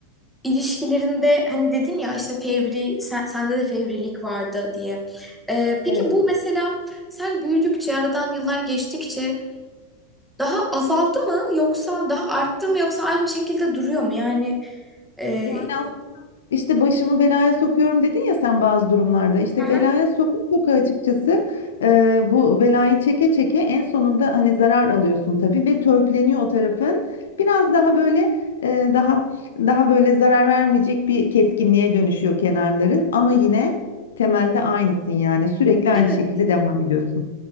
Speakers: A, in the centre; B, on the left.
A: ilişkilerinde hani dedin ya işte fevri sen, sende de fevrilik vardı diye. E, peki
B: Evet.
A: bu mesela sen büyüdükçe aradan yıllar geçtikçe daha azaldı mı yoksa daha arttı mı yoksa aynı şekilde duruyor mu? Yani e,
B: Yani İşte başımı belaya sokuyorum dedin ya sen bazı durumlarda. İşte
A: Aha.
B: belaya sokup soka açıkçası e, bu belayı çeke çeke en sonunda hani zarar alıyorsun tabii ve törpüleniyor o tarafın. Biraz daha böyle e, daha daha böyle zarar vermeyecek bir keskinliğe dönüşüyor kenarların ama yine temelde aynısın yani sürekli aynı
A: evet.
B: şekilde devam ediyorsun.